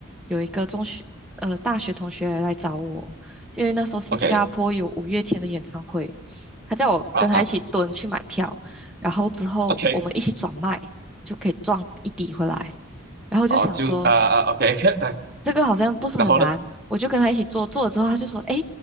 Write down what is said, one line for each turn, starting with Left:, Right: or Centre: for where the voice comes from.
Centre: 有一个中学呃大学同学来找我，因为那时候新加坡有五月天的演唱会，
Right: ，OK，
Centre: 他叫我跟他一起蹲去买票，
Right: 啊哈
Centre: 然后之后我们一起转卖就可以赚一笔回来。
Right: ，OK，
Centre: 然后就想说。
Right: 好，就啊啊，OK，<laughs>
Centre: 这个好像不是很难，
Right: 然后呢，
Centre: 我就跟他一起做，做了之后他就说，哎，